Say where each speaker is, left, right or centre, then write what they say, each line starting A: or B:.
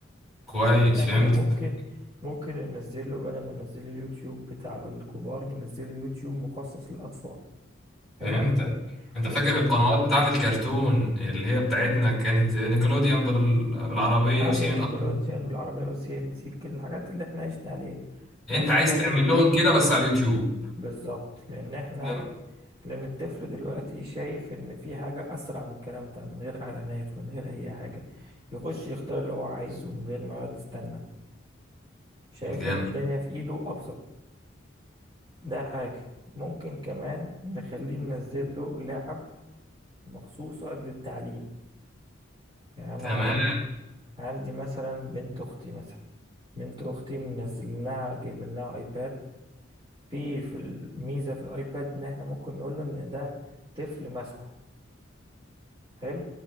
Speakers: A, in the centre; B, on the right.
A: كويس
B: احنا
A: فهمت
B: ممكن ممكن ننزله بدل ما ننزله اليوتيوب بتاع الكبار ننزله يوتيوب مخصص للأطفال حلو
A: فهمتك انت
B: وفي
A: فاكر القنوات بتاعت الكرتون اللي هي بتاعتنا كانت نيكلوديان بال... بالعربية
B: آية
A: وسي
B: نيكولوديان
A: ان ار
B: والعربية والسي ان سي كل الحاجات اللي احنا عشنا عليها نفس
A: انت عايز
B: الحاجات
A: تعمل
B: دي
A: لهم كده بس على اليوتيوب
B: بالظبط لأن احنا
A: جامد
B: لأن الطفل دلوقتي شايف إن في حاجة أسرع من الكلام ده من غير إعلانات من غير أي حاجة يخش يختار اللي هو عايزه من غير ما يقعد يستنى شايف
A: جامد
B: ان الدنيا في ايده ابسط ده حاجة ممكن كمان نخليه ننزل له لعب مخصوصة للتعليم يعني أنا
A: تمام
B: عندي عندي مثلا بنت أختي مثلا بنت أختي منزل لها جايب لها أيباد في في الميزة في الأيباد إن إحنا ممكن نقول له إن ده طفل ماسكه حلو